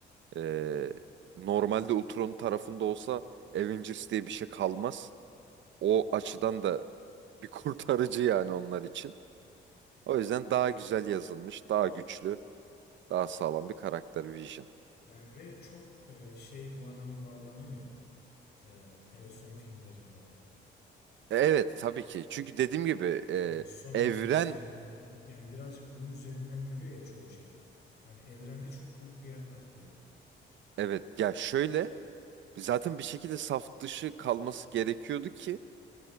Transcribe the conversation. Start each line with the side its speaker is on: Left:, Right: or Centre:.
Right: Ee, normalde Ultron'un tarafında olsa Avengers diye bir şey kalmaz. O açıdan da bir <laughs> kurtarıcı yani onlar için. O yüzden daha güzel yazılmış, daha güçlü, daha sağlam bir karakter Vision.
Left: yani ve çok e, şey bu adama bağlanıyor ya. E, hele son filmlerinde.
Right: E, Evet tabii ki. Çünkü dediğim gibi e,
Left: Yani son
Right: evren
Left: Avengers filmlerinde. Yani birazcık bunun üzerinden yürüyor ya çoğu şey. Hani evrende çok büyük bir yer kaplıyor.
Right: evet ya şöyle zaten bir şekilde saf dışı kalması gerekiyordu ki